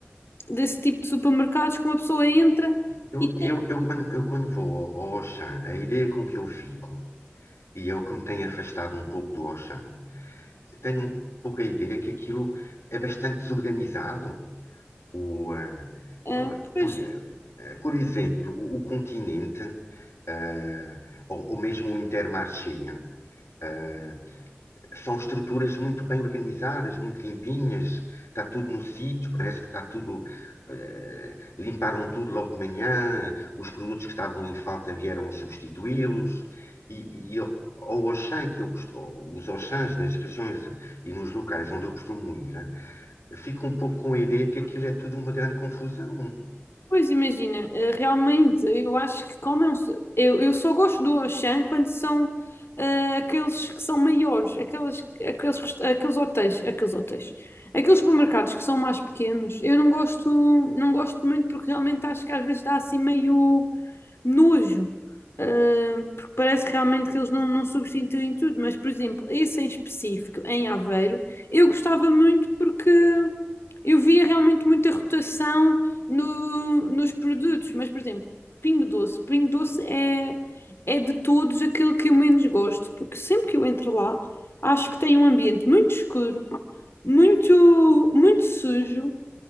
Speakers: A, on the left; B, on the left.
A: desse tipo de supermercados que uma pessoa entra
B: Eu,
A: e
B: eu,
A: tem.
B: eu, quando, eu quando vou ao ao Auchan, a ideia com que eu fico, e é o que me tem afastado um pouco do Auchan, Eu tenho um pouco a ideia que aquilo é bastante desorganizado. O, ah,
A: Ah,
B: ah,
A: pois,
B: por, ah, por exemplo, o, o continente, ah, ou, ou mesmo o Intermarché, ah, são estruturas muito bem organizadas, muito limpinhas, está tudo no sítio, parece que está tudo. eh, limparam tudo logo de manhã, os produtos que estavam em falta vieram substituí-los. E, e eu, ao Auchan, que eu costu- ou os Auchans nas regiões e nos locais onde eu costumo ir, eh, fico um pouco com a ideia que aquilo é tudo uma grande confusão.
A: Pois imagina, eh, realmente eu acho que como é um so- eu, eu só gosto do Auchan quando são eh, aqueles que são maiores, aqueles, aqueles, rest- aqueles hotéis, aqueles hotéis, aqueles supermercados que são mais pequenos, eu não gosto, não gosto muito porque realmente acho que às vezes dá assim meio nojo, eh, porque parece realmente que eles não, não substituem tudo, mas por exemplo, esse em específico, em Aveiro, eu gostava muito porque eu via realmente muita rotação no- nos produtos, mas por exemplo, Pingo Doce. Pingo Doce é, é de todos aquele que eu menos gosto, porque sempre que eu entro lá, acho que tem um ambiente muito escuro, muito, muito sujo